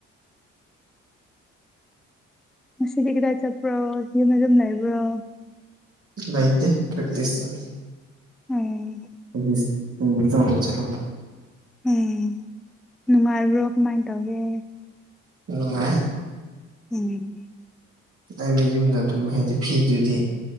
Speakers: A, in the centre; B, on the right.
A: ꯉꯁꯤꯗꯤ ꯀꯗꯥꯏ ꯆꯠꯄ꯭ꯔꯣ ꯌꯨꯝꯗ ꯑꯗꯨꯝ ꯂꯩꯕ꯭ꯔꯣ
B: ꯂꯩꯇꯦ ꯄ꯭ꯔ‌ꯦꯛꯇꯤꯁ ꯆꯠꯂꯤ
A: ꯎꯝ
B: <unintelligible> ꯆꯥꯎꯕ ꯆꯠꯂꯣ
A: ꯎꯝ ꯅꯨꯡꯉꯥꯏꯕ꯭ꯔꯣ ꯀꯃꯥꯏꯅ ꯇꯧꯒꯦ
B: ꯅꯨꯡꯉꯥꯏ
A: ꯎꯝ
B: ꯅꯪꯗꯤ ꯌꯨꯝꯗ ꯑꯗꯨꯝ ꯍꯥꯏꯗꯤ ꯐꯤꯗꯨꯗꯤ